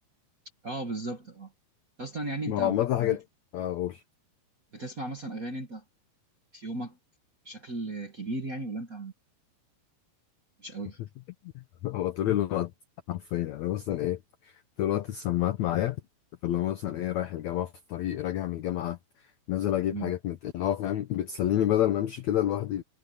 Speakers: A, on the right; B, on the left.
A: اه بالظبط اه اصلا يعني
B: ما
A: انت
B: هو عامة
A: يعني
B: حاجة آه، اقول
A: بتسمع مثلا اغاني انت في يومك بشكل كبير يعني ولا انت مش قوي
B: <laughs> هو طول الوقت حرفيا يعني انا مثلا ايه طول الوقت السماعات معايا فاللي هو مثلا ايه رايح الجامعة في الطريق راجع من الجامعة نازل اجيب
A: مم.
B: حاجات من اللي هو فاهم بتسليني بدل ما امشي كده لوحدي